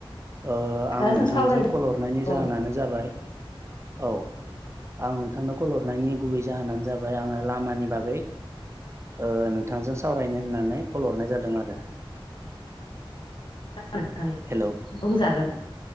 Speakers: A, on the right (about 30°); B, on the left (about 60°).
A: ओ आं
B: दा
A: नोंथांजों
B: जों सावरायनो
A: कल हरनायनि
B: औ
A: जाहोनानो जाबाय औ आं नोंथांखौ कल हरनायनि गुबै जाहोनानो जाबाय आङो लामानि बागै ओ नोंथांजों सावरायनो होननानै कल हरनाय जादों आरो।
B: <unintelligible>
A: हेलौ
B: बुंजागोन